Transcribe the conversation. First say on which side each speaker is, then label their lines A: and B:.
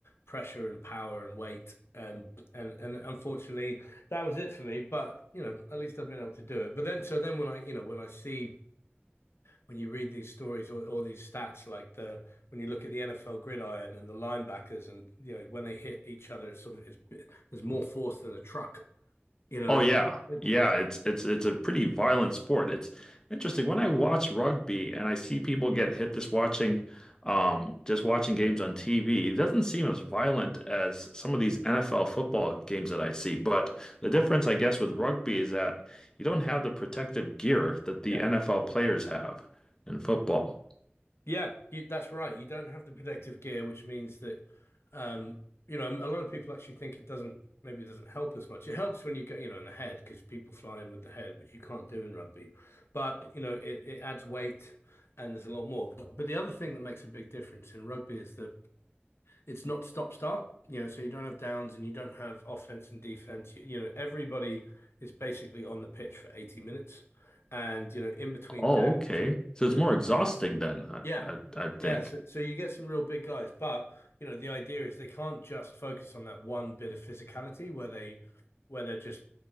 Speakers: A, on the left; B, on the left.
A: pressure and power and weight and and and unfortunately that was it for me but you know at least I've been able to do it but then so then when I you know when I see when you read these stories or, or these stats, like the when you look at the NFL gridiron and the linebackers, and you know when they hit each other, it's sort of it's there's more force than a truck. You know,
B: Oh yeah.
A: it's,
B: Yeah,
A: it's
B: it's it's it's a pretty violent sport. It's interesting when I watch rugby and I see people get hit just watching um just watching games on TV. It doesn't seem as violent as some of these NFL football games that I see. But the difference I guess with rugby is that you don't have the protective gear that the
A: yeah,
B: NFL players have in football.
A: yeah. You, that's right. You don't have the protective gear, which means that um, you know a lot of people actually think it doesn't. Maybe it doesn't help as much. It helps when you get, you know, in the head because people fly in with the head, which you can't do in rugby. But, you know, it, it adds weight and there's a lot more. But, but the other thing that makes a big difference in rugby is that it's not stop start, you know, so you don't have downs and you don't have offense and defense. You, you know, everybody is basically on the pitch for 80 minutes. And, you know, in between
B: Oh,
A: downs,
B: okay. So it's
A: the
B: more exhausting then, I
A: yeah.
B: I, I think.
A: Yeah. So, so you get some real big guys, but you know, the idea is they can't just focus on that one bit of physicality where they where they're just,